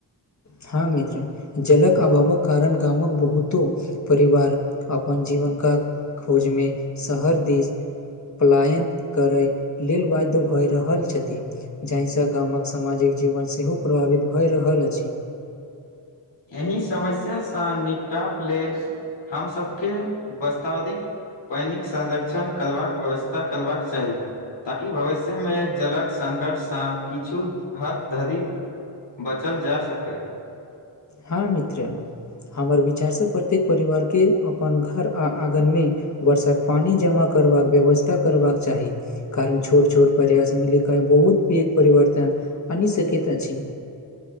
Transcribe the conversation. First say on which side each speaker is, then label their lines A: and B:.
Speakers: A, on the left (about 40°); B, on the left (about 75°).
A: हँ मित्र जलक अभावक कारण गामक बहुतो परिवार अपन जीवनक का खोजमे शहर दिस पलायन करै लेल वैध भऽ रहल छथि। जाहिसँ गामक सामाजिक जीवन सेहो प्रभावित भए रहल अछि।
B: एहि समस्या से निपटाब लेल हम सभके वस्तावधि पानिक संरक्षण करबाक व्यवस्था करबाक चाही। ताकि भविष्य में जलक संकटसँ किछु हद धरी बचल जाय सकै।
A: हँ मित्र हमर विचारसँ प्रत्येक परिवारके अपन घर आ आँगनमे वर्षक पानि जमा करबाक व्यवस्था करबाक चाही। कारण छोट छोट परयास मिलिक बहुत पघ परवर्तन आनि सकैत अछि।